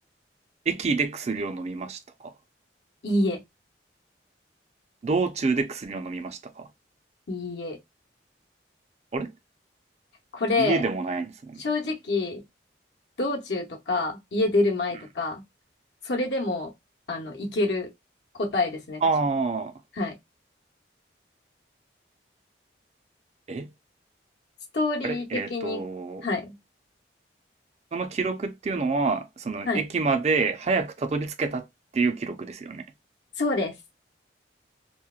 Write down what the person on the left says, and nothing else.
いいえ、
いいえ。
これ、
正直、
道中とか、家出る前とか、
それでも、あの、いける答えですね、
確かに。はい。
ストーリー的に、
はい。
はい。そうです。